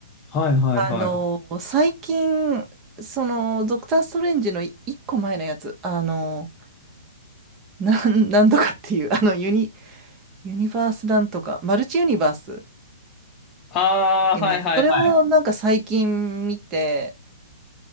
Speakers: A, on the left (about 20°); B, on the right (about 20°).
A: はいはいはい。
B: あの、最近、その、ドクター・ストレンジのい一個前のやつ、あの、<laughs> なん、なんとかっていう、あの、ユニ、ユニバースなんとか、マルチユニバース
A: ああ、
B: だっけね、
A: はいはいはい。
B: それをなんか最近見て、